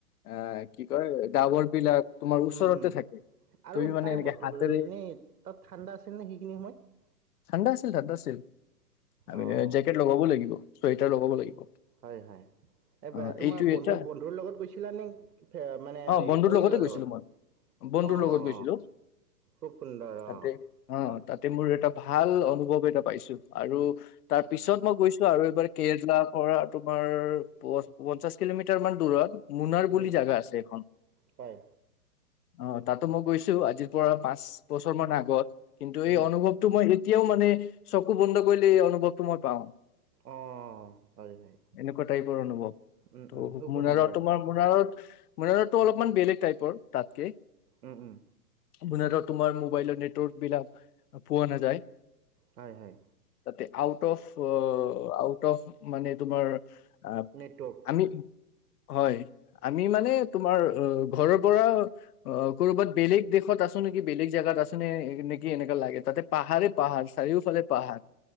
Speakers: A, on the left; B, on the right.
A: আ কি কয় ডাবৰ বিলাক তোমাৰ ওচৰতে
B: উম উম,
A: থাকে
B: আৰু
A: তুমি মানে
B: তাৰে
A: এনেকে
B: ব
A: হাতেৰে
B: এনেই তাত ঠাণ্ডা আছিল নে সেইখিনি সময়ত।
A: ঠাণ্ডা আছিল, ঠাণ্ডা আছিল। আমি
B: অ'
A: জেকেট লগাবও লাগিব। চুৱেটাৰ লগাব লাগিব।
B: হয় হয়, এই
A: অ
B: তোমাৰ
A: এইটো
B: বন্ধু
A: এটা
B: বন্ধুৰ লগত গৈছিলানে, মানে হেৰি
A: অ বন্ধুৰ
B: পৰিয়ালৰ
A: লগতে গৈছিলো
B: লগত,
A: মই বন্ধুৰ
B: অ
A: লগত
B: অ
A: গৈছিলো
B: খুব সুন্দৰ,
A: তাতে
B: অ
A: অ
B: ভাল।
A: তাতে মোৰ এটা ভাল অনুভৱ এটা পাইছো। আৰু তাৰ পিছত মই গৈছো আৰু এইবাৰ কেৰেলাৰ পৰা তোমাৰ প পঞ্চাশ কিলোমিটাৰ মান দূৰত। মুনাৰ বুলি
B: উম,
A: জাগা আছে এখন।
B: হয়।
A: অ তাতো মই গৈছো আজিৰ পৰা পাঁচ বছৰ মান আগত। কিন্তু এই
B: উম,
A: অনুভৱটো মই এতিয়াও মানে চ কু বন্ধ কৰিলে এই অনুভৱটো মই পাওঁ।
B: অ', হয়, হয়,
A: এনেকুৱা টাইপৰ অনুভৱ,
B: উম,
A: ত'
B: উম, খুব সুন্দৰ।
A: মোনাৰত তোমাৰ মোনাৰত মোনাৰটো অলপমান বেলেগ টাইপৰ, তাতকে।
B: উম উম।
A: মুনাৰত তোমাৰ মোবাইলৰ নেটৱৰ্ক বিলাক পোৱা নাযায়।
B: হয় হয়।
A: তাতে আ ফ <inaudible> টফ মানে তোমাৰ, আহ
B: নেটৱৰ্কটো
A: আমি হয়, আমি মানে তোমাৰ অ ঘৰৰ পৰা অ ক'ৰবাত বেলেগ দেশত আছো নেকি বেলেগ জেগাত আছো নে নেকি এনেকা লাগে তাতে পাহাৰে পাহাৰ চাৰিওফালে পাহাৰ।